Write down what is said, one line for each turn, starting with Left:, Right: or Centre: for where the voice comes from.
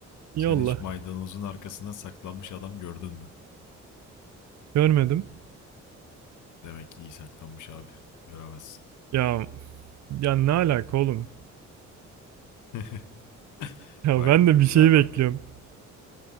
Left: Sen
Right: Yolla.
Left: hiç maydanozun arkasına saklanmış adam gördün mü?
Right: Görmedim.
Left: Demek ki iyi saklanmış abi. Göremezsin.
Right: Ya ya ne alaka oğlum?
Left: <laughs>
Right: Ya
Left: Bak
Right: ben de
Left: güzel
Right: bir şey bekliyorum.
Left: bak.